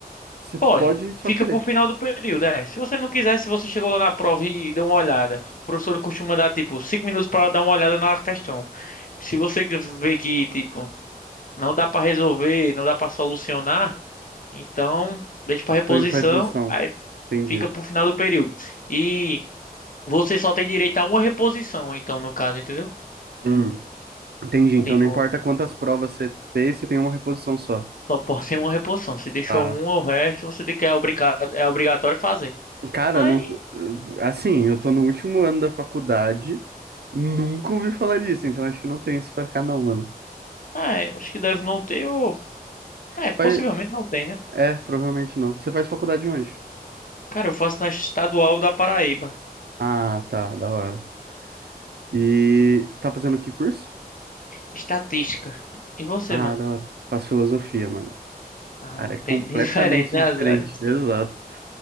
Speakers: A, on the right; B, on the left.
A: Você pode
B: pode,
A: só
B: fica
A: querer.
B: pro final do período, é. Se você não quiser, se você chegou lá na prova e deu uma olhada, o professor costuma dar tipo 5 minutos para dar uma olhada na questão. se você vê que, tipo, não dá pra resolver, não dá pra solucionar, então deixa pra reposição,
A: Tô indo pra reposição.
B: aí
A: Entendi.
B: fica pro final do período. E você só tem direito a uma reposição, então, no caso, entendeu?
A: Hum, entendi. Então
B: Tipo,
A: não importa quantas provas você fez, você tem uma reposição só.
B: só pode ter uma reposição. Se deixou
A: Tá.
B: uma, o resto você tem que é obrigado, é obrigatório fazer.
A: Cara,
B: Aí,
A: não... assim, eu tô no último ano da faculdade, nunca ouvi falar disso, então acho que não tem isso pra cá, não, mano.
B: é, acho que deve não ter, ou...
A: Você
B: É, possivelmente
A: faz...
B: não tem, né?
A: É, provavelmente não. Você faz faculdade onde?
B: Cara, eu faço na estadual da Paraíba.
A: Ah, tá, da hora. E tá fazendo que curso?
B: Estatística. E você,
A: Ah,
B: mano?
A: da hora. Faço filosofia, mano.
B: Ah,
A: Área
B: bem,
A: completamente
B: bem <laughs> diferente, né,
A: diferente.
B: as áreas?
A: Exato.